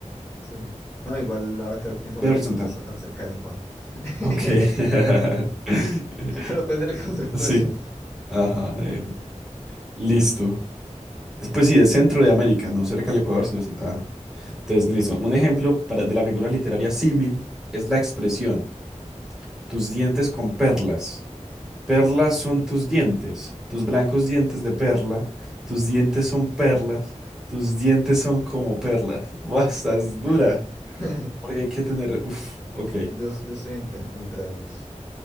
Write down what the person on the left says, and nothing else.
Sí, sí. No, igual ahora que lo pienso,
México
no está tan cerca del Ecuador. <laughs>
Pero puede ser el concepto
de centro.
Ajá.
<laughs>
Yo, yo estoy entre, entre dos.